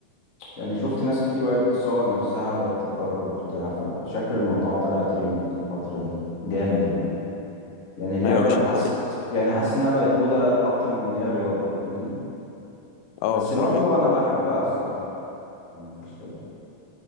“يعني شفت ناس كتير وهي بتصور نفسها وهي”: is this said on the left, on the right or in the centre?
Left